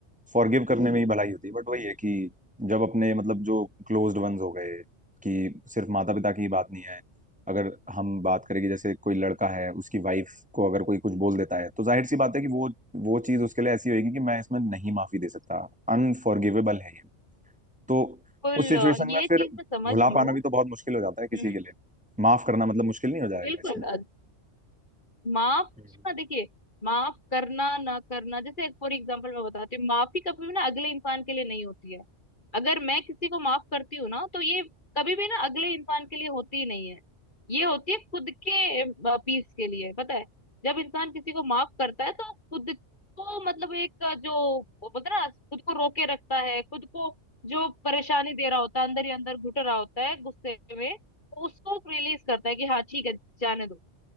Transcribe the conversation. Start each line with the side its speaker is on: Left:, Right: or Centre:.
Centre: फॉरगिव करने में ही भलाई होती है बट वही है कि जब अपने मतलब जो क्लोज्ड वंस हो गए कि सिर्फ माता पिता की ही बात नहीं है अगर हम बात करें कि जैसे कोई लड़का है उसकी वाइफ को अगर कोई कुछ बोल देता है तो जाहिर सी बात है कि वो वो चीज उसके लिए ऐसी होगी कि मैं इसमें नहीं माफी दे सकता अनफॉरगिवेबल है ये तो
Left: बिल्कुल
Centre: उस सिचुएशन
Left: अ, ये
Centre: में फिर
Left: चीज मैं समझ
Centre: भुला
Left: रही
Centre: पाना
Left: हूँ
Centre: भी तो बहुत मुश्किल हो जाता है किसी
Left: हम्म
Centre: के लिए माफ करना मतलब मुश्किल नहीं हो जाएगा
Left: बिल्कुल
Centre: इसमें
Left: अ, माफ
Centre: हम्म।
Left: करना देखिए माफ करना ना करना जैसे फॉर एग्जांपल मैं बताती हूँ माफी कभी भी ना अगले इंसान के लिए नहीं होती है अगर मैं किसी को माफ करती हूँ ना तो ये कभी भी ना अगले इंसान के लिए होती ही नहीं है ये होती है खुद के पीस के लिए पता है जब इंसान किसी को माफ करता है तो वो खुद को मतलब एक अ, जो वो बोलते हैं ना खुद को रोके रखता है खुद को जो परेशानी दे रहा होता है अंदर ही अंदर घुट रहा होता है गुस्से में तो उसको रिलीज करता है कि हाँ ठीक है जाने दो